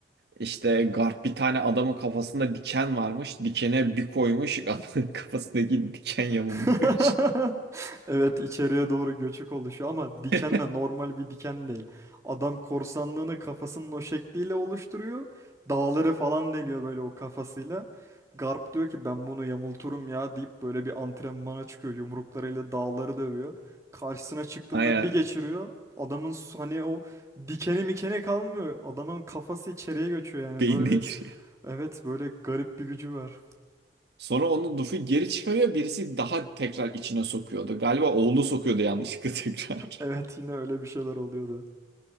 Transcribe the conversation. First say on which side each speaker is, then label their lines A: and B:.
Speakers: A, on the right (about 65°); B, on the right (about 15°).
A: İşte Garp bir tane adamın kafasında diken varmış. Dikene bir koymuş. <laughs> Adamın kafasındaki diken yamulmuş.
B: <laughs> Evet içeriye doğru göçük oluşuyor ama diken
A: <laughs>
B: de normal bir diken değil. Adam korsanlığını kafasının o şekliyle oluşturuyor. Dağları falan deliyor böyle o kafasıyla. Garp diyor ki ben bunu yamulturum ya deyip böyle bir antrenmana çıkıyor. Yumruklarıyla dağları dövüyor. Karşısına çıktığında
A: Aynen
B: bir geçiriyor. Adamın su- hani o dikeni mikeni kalmıyor. Adamın kafası içeriye göçüyor yani
A: beynine
B: böyle.
A: giriyor.
B: Evet böyle garip bir gücü var. <laughs>
A: Sonra onu Luffy geri çıkarıyor. Birisi daha tekrar içine sokuyordu. Galiba oğlu sokuyordu yanlışlıkla <laughs> tekrar.
B: Evet yine öyle bir şeyler oluyordu.